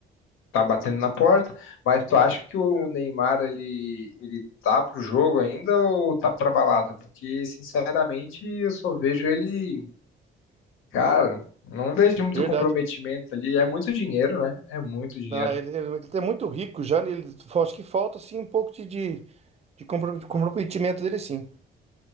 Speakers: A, on the left (about 85°); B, on the right (about 35°).
A: tá batendo na porta, mas tu acha que o Neymar ele ele tá pro jogo ainda ou tá pra balada? Porque sinceramente eu só vejo ele, cara, não vejo muito
B: Verdade.
A: comprometimento ali, é muito dinheiro, né? É muito dinheiro.
B: Ah, ele, ele, ele é muito rico já. né? Ele, acho que falta assim um pouco de, de, de compro- comprometimento dele, sim.